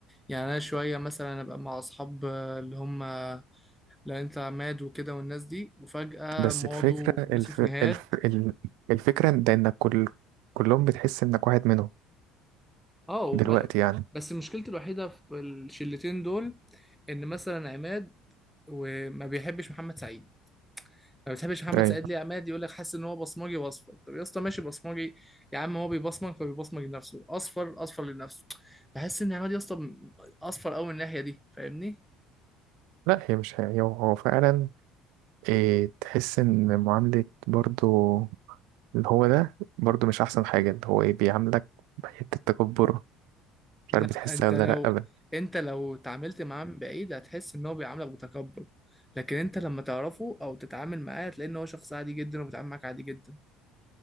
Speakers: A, in the centre; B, on the right (about 80°).
A: يعني أنا شوية مثلا أبقى مع أصحاب آه، اللي هم لا أنت عماد وكده والناس دي وفجأة
B: بس
A: ماضو
B: الفكره
A: ويوسف
B: الف...
A: نهاد
B: الف... ال- الفكره إن ده انك كل كلهم بتحس انك واحد منهم
A: اه وب...
B: دلوقتي يعني
A: بس مشكلتي الوحيدة في الشلتين دول إن مثلا عماد وما بيحبش محمد سعيد ما بتحبش محمد
B: ايوه
A: سعيد ليه يا عماد يقول لك حاسس ان هو بصمجي واصفر طب يا اسطى ماشي بصمجي يا عم هو بيبصمج فبيبصمج لنفسه اصفر اصفر لنفسه بحس ان عماد يا اسطى اصفر قوي من الناحيه دي فاهمني
B: لا هي مش هي هو هو فعلا إيه تحس ان معامله برضو اللي هو ده برضو مش احسن حاجه اللي هو ايه بيعاملك بحته تكبر مش
A: لا
B: عارف بتحسها
A: انت
B: ولا
A: لو
B: لا ابدا
A: انت لو تعاملت معاه من بعيد هتحس ان هو بيعاملك بتكبر لكن انت لما تعرفه او تتعامل معاه هتلاقي ان هو شخص عادي جدا وبيتعامل معاك عادي جدا